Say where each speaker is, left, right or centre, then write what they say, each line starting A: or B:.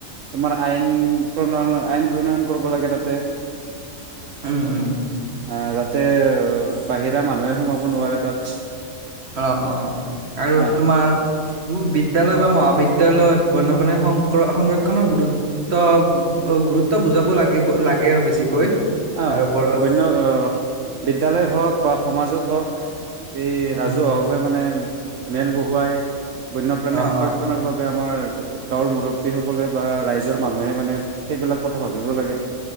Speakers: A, on the right; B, on the right.
A: তোমাৰ আইন প্ৰণয়ন আইন প্ৰণয়ন কৰিব লাগে তাতে
B: উম উম
A: আহ যাতে বাহিৰা মানুহে সোমাব নোৱাৰে তাত
B: অ অ আৰু
A: হা
B: তোমাৰ উম বিদ্যালয় বা মহাবিদ্যয়ালয়ত বন প নে হং সংৰক্ষণৰ গুৰুত্ব অ গুৰুত্ব বুজাব লাগিব লাগে আৰু বেছিকৈ
A: আহ
B: তাৰ ওপৰত
A: বন্য বিদ্যালয় হওক বা সমাজত হওক উ <inaudible> এই
B: উম,
A: ৰাজহা হৱে মানে মেল বহুৱাই বন্যপ্ৰাণী
B: অ',
A: সংৰক্ষণৰ
B: অ',
A: বাবে আমাৰ গাঁৱৰ মুৰববীসকলে বা ৰাইজৰ মানুহে মানে সেইবিলাক কথা ভাবিব লাগে